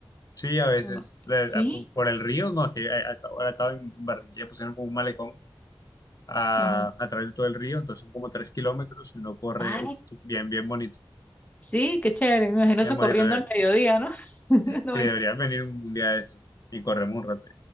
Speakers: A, on the left (about 45°); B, on the left (about 20°).
A: Sí, a veces,
B: o no?
A: de-
B: Sí,
A: a- por el río, no, es que a- acá- ahora acá en Barranquilla pusieron como un malecón a,
B: ajá.
A: a través de todo el río, entonces son como tres kilómetros y uno corre,
B: Ay,
A: uf, bien, bien bonito,
B: sí, qué chévere. Me imagino
A: bien
B: eso
A: bonito.
B: corriendo
A: eh.
B: al mediodía, ¿no? <laughs>
A: Sí,
B: No
A: deberías venir un día de eso y corremos un rato.